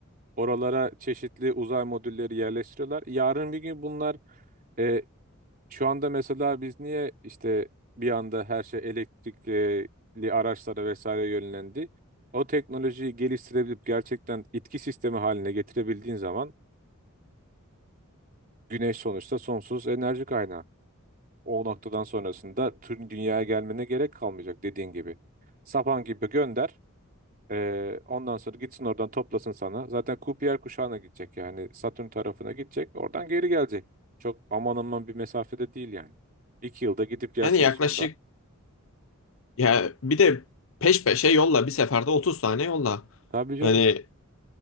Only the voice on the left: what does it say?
Yani yaklaşık
ya bir de peş peşe yolla bir seferde 30 tane yolla.
Hani